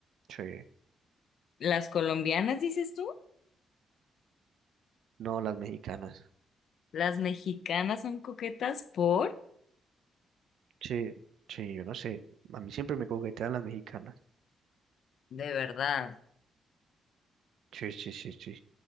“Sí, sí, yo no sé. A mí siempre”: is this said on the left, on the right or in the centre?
Right